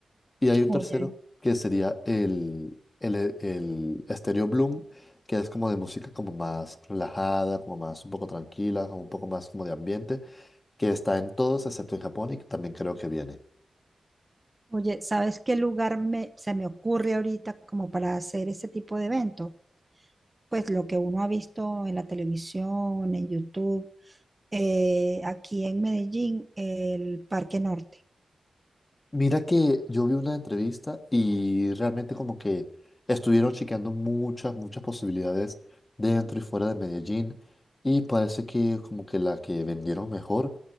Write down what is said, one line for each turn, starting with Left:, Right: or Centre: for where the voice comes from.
Left: Y hay un
Right: Oye.
Left: tercero que sería el, el, e, el Stereo Bloom, que es como de música como más relajada, como más un poco tranquila, como un poco más como de ambiente, que está en todos excepto en Japón y que también creo que viene.
Right: Oye, ¿sabes qué lugar me, se me ocurre ahorita como para hacer ese tipo de evento? Pues lo que uno ha visto en la televisión, en YouTube, eh, aquí en Medellín, el Parque Norte.
Left: Mira que yo vi una entrevista y realmente como que estuvieron chequeando muchas, muchas posibilidades dentro y fuera de Medellín y parece que como que la que vendieron mejor